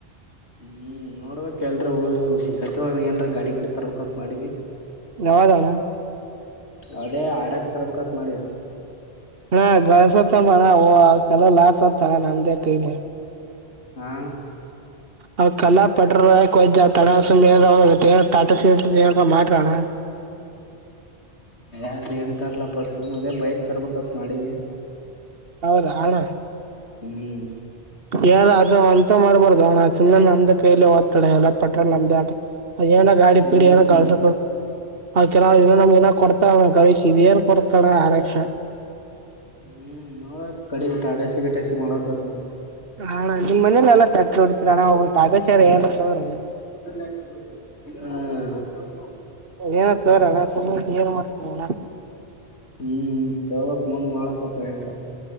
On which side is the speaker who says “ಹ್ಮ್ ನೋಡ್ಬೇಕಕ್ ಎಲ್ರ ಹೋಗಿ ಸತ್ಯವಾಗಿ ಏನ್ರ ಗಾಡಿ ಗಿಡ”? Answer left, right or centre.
Left